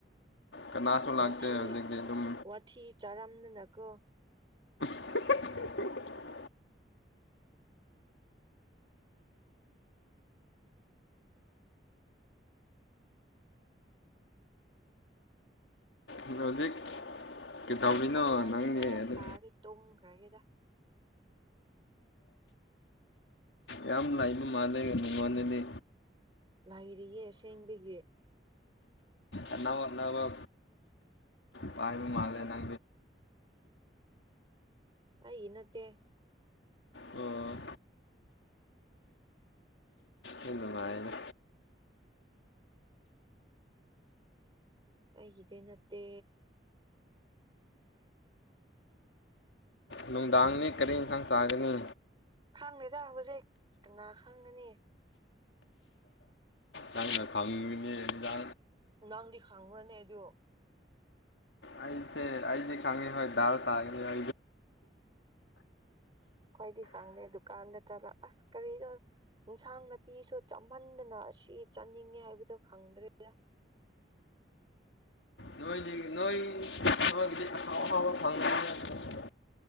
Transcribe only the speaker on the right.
ꯋꯥꯊꯤ
ꯋꯥꯊꯤ ꯆꯥꯔꯝꯗꯅꯀꯣ꯫
ꯍꯣꯏ ꯋꯥꯔꯤ
ꯈꯔ
ꯁꯥꯔꯗꯤ ꯇꯨꯝꯈ꯭ꯔꯒꯦꯗ꯫
ꯂꯩꯥꯏꯔꯤꯌꯦ ꯑꯁꯦꯡꯕꯒꯤ
ꯑꯏ ꯅꯠꯇꯦ
ꯇꯗ ꯅꯠꯇꯦ
ꯈꯪꯉꯦꯗ ꯍꯧꯖꯤꯛ ꯀꯅꯥ ꯈꯪꯒꯅꯤ
ꯅꯪꯗꯤ ꯈꯥꯡꯈ꯭ꯔꯅꯦ ꯑꯗꯨꯣ
ꯀꯣꯏꯗꯤ ꯈꯪꯗꯦ ꯗꯨꯀꯥꯟꯗ ꯆꯂ ꯑꯁ ꯀꯔꯤꯗ ꯏꯟꯁꯥꯡ ꯅꯥꯄꯤꯁꯨ ꯆꯥꯍꯟꯗꯅ ꯑꯁꯤ ꯆꯥꯅꯤꯡꯉꯦ ꯍꯥꯏꯕꯗꯣ ꯈꯪꯗ꯭ꯔꯦꯗ